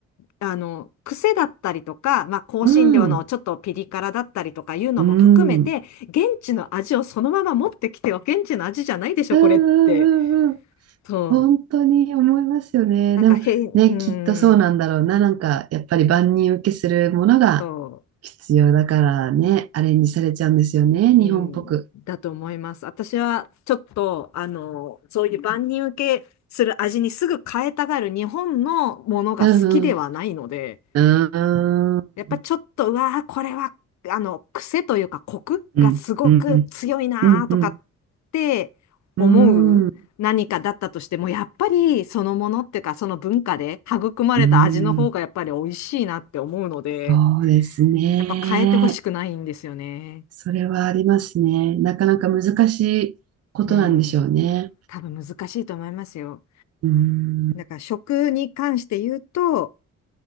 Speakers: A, on the left (about 65°); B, on the right (about 55°).
A: あの、癖だったりとか、まあ、香辛料のちょっとピリ辛だったりとかいうのも含めて、
B: うん、うん、うん、
A: 現地の味をそのまま持ってきては現地の味じゃないでしょ、
B: うん、
A: これって。
B: うん。うん
A: そう。
B: 本当に思いますよね。
A: なんか変、
B: でもね、
A: うー
B: きっとそうなんだろうな。
A: ん、
B: なんか、やっぱり万人受けするものが
A: そう。
B: 必要だからね、アレンジされちゃうんですよね、
A: うん、
B: 日本っぽく。
A: だと思います。私はちょっと、あの、そういう万人受けする味にすぐ変えたがる日本のものが好きではないので、
B: うん、うん、うーん、
A: やっぱちょっと、うわー、これは、あの、癖というか、コクがすごく強いなーとかっ
B: うん、うん、うん、うん、
A: て思う何かだったとしても、
B: うん、
A: やっぱりそのものっていうか、その文化で育まれた味の方がやっぱり美味しいなって思うので、
B: うん、そうですね。
A: やっぱ変えてほしくないんですよね。
B: それはありますね。なかなか難しいことなんでしょうね。
A: うん。多分難しいと思いますよ。
B: うん、
A: だから食に関して言うと、